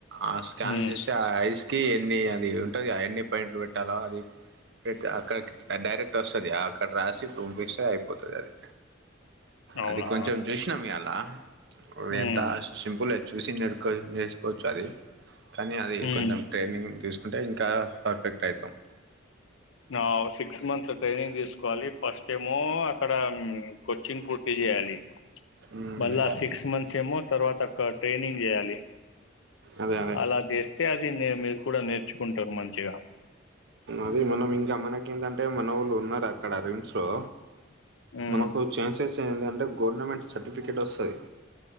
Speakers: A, on the right; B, on the left.
A: ఆ స్కాన్
B: ఉమ్
A: చేస్తే ఆ ఐస్ కి ఎన్ని అది ఉ టది అయన్ని పేయింట్లు బట్ ట్టాల అది పెట్ అక్కడకి డైరెక్ట్ వస్తుంది అక్కడ రాసి ఇప్పు పంపిస్తే అయిపోతది అది
B: అవునా
A: అది కొంచెం చూసినాం ఇయాలా అ కొవెంత
B: ఉమ్
A: సింపుల్ ఎ చూసి నేర్ కో నేర్చుకోవచ్చ అది కానీ అది
B: ఉమ్
A: కొంచెం ట్రైనింగ్ తీస్ అంటే ఇంకా పర్ఫెక్ట్ అయితాం
B: ఆ సిక్స్ మంత్స్ ట్రైనింగ్ తీసుకోవాలి ఫస్ట్ ఏమో అక్కడ మ్మ్ కొచ్చింగ్ పూర్తి జేయాలి
A: మ్మ్
B: మళ్ళ ఆ సిక్స్ మంత్స్ ఏమో తర్వాత క ట్రైనింగ్ చేయాలి
A: అదే అదే
B: అలా జేస్తే మీరు కూడా నేర్ చ్చుకుంటారు మంచిగా
A: అది మనం ఇంకా మనకి ఏంటంటే మనవాళ్ళు ఉన్నారు అక్కడ రిమ్స్ లో
B: ఉమ్
A: మనకు చాన్సెస్ టే ఎందంటే గవర్నమెంట్ సర్టిఫికేట్ వస్సది